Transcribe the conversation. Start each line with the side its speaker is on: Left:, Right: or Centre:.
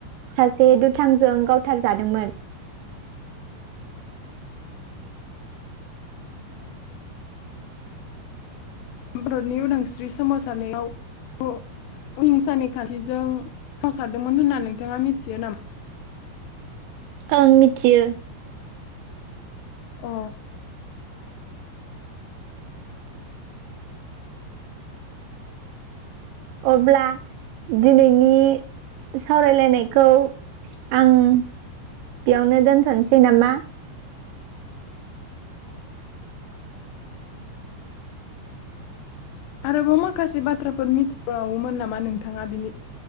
Right: सासे दुथांजों गावथारजादोंमोन
Left: भारतनि उदांस्रि सोमावसारनायाव अ अहिंसानि खान्थिजों संसारदोंमोन होनना नोंथाङा मिथियो नामा?
Right: ओं मिथियो
Left: अ
Right: अब्ला दिनैनि सावरायलायनायखौ आं बेयावनो दोनथसै नामा
Left: आरोबाव माखासे बाथ्राफोर मिथिबावोमोन नामा नोंथाङा बिनि